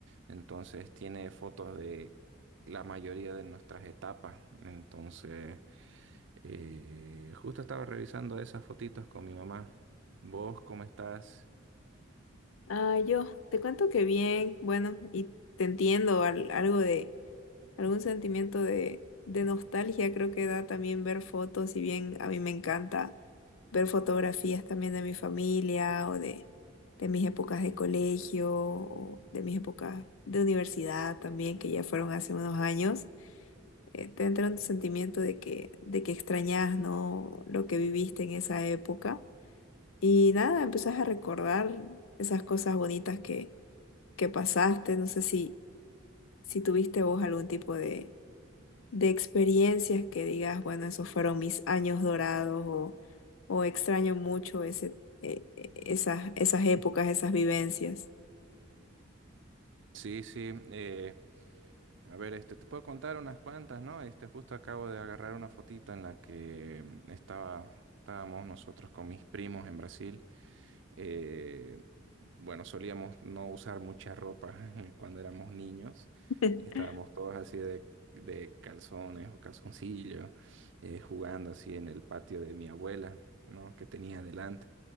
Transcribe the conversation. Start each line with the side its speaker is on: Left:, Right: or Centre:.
Right: Entonces tiene fotos de la mayoría de nuestras etapas, entonces... Eh, justo estaba revisando esas fotitos con mi mamá. ¿Vos cómo estás?
Left: Ah, yo te cuento que bien, bueno, y te entiendo al- algo de algún sentimiento de, de nostalgia, creo que da también ver fotos, y bien a mí me encanta ver fotografías también de mi familia o de, de mis épocas de colegio o de mis épocas de universidad también, que ya fueron hace unos años, eh, te entra un sentimiento de que, de que extrañas, ¿no? Lo que viviste en esa época. Y nada, empezás a recordar esas cosas bonitas que, que pasaste. No sé si, si tuviste vos algún tipo de, de experiencias que digas, bueno, esos fueron mis años dorados o, o extraño mucho ese, eh, eh, esas, esas épocas, esas vivencias.
Right: Sí, sí. eh, a ver, este, te puedo contar unas cuantas, ¿no? Este, justo acabo de agarrar una fotito en la que mm, estaba, estábamos nosotros con mis primos en Brasil. Eh, bueno, solíamos no usar mucha ropa <laughs> cuando éramos niños.
Left: <laughs>
Right: Estábamos todos así de, de calzones o calzoncillos, eh, jugando así en el patio de mi abuela, ¿no? Que tenía adelante.